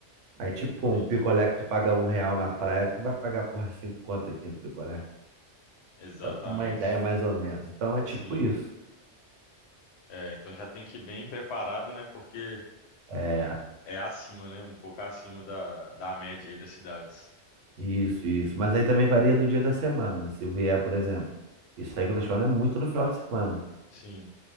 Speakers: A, on the right; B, on the left.
A: Aí tipo,
B: entendi.
A: um picolé que tu paga um real na praia, tu vai pagar, porra, cinco conto aqui no picolé.
B: Exatamente.
A: Pra ter uma ideia mais ou menos. Então é tipo
B: Sim,
A: isso.
B: é, então já tem que ir bem preparado, né? Porque
A: É,
B: é acima, né? Um pouco acima da, da média aí das cidades.
A: isso, isso. Mas aí também varia do dia da semana, né? Se vier, por exemplo. Isso aí que eu tô te falando é muito no final de semana.
B: Sim,